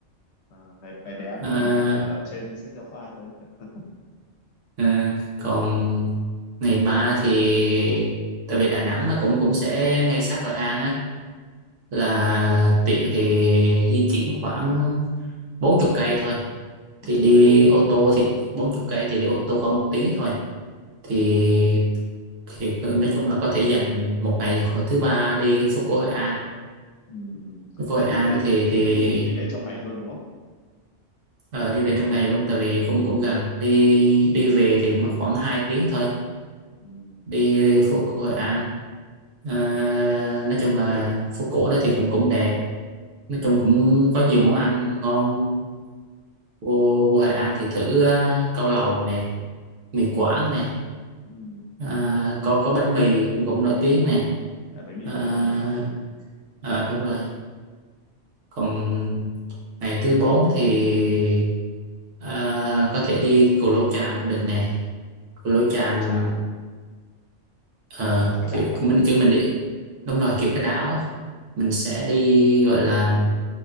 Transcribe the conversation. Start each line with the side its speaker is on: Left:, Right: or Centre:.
Left: À, ngày, ngày bé mới
Right: à,
Left: nhìn ảnh ở trên sách giáo khoa thôi. <laughs>
Right: À, còn ngày 3 thì tại vì Đà Nẵng nó cũng cũng sẽ ngay sát Hội An á là tiện thì di chuyển khoảng bốn chục cây thôi
Left: Mình
Right: thì
Left: trông
Right: đi
Left: cầy.
Right: ô
Left: Ừ.
Right: tô thì bốn chục cây thì đi ô tô khoảng một tiếng thôi thì thì nói chung là có thể dành một ngày hồi thứ ba đi phố cổ Hội An
Left: Ừ. ừ.
Right: phố cổ Hội
Left: Thế
Right: An
Left: đi về
Right: thì thì
Left: đi đi về trong ngày thôi đúng không?
Right: ờ, đi về trong ngày luôn tại vì cũng cũng gần đi đi về thì mất khoảng 2 tiếng thôi
Left: Ừ.
Right: đi phố cổ Hội An Ờ, nói chung là phố cổ đó thì cũng cũng đẹp nói chung cũng có nhiều món ăn ngon vô, vô Hội An thì thử à, cao lầu nè mì Quảng nè
Left: Ừ.
Right: à, có có bánh mì cũng cũng nổi tiếng nè
Left: À, bánh mì
Right: à,
Left: Hội An đúng không?
Right: à, đúng rồi còn ngày thứ bốn thì à, có thể đi Cù Lao Chàm được nè Cù Lao
Left: Cù
Right: Chàm
Left: Lao Chàm.
Right: ờ,
Left: Nó là cái
Right: kiểu
Left: đảo à?
Right: mình kiểu mình đi đúng rồi kiểu cái đảo á mình sẽ đi gọi là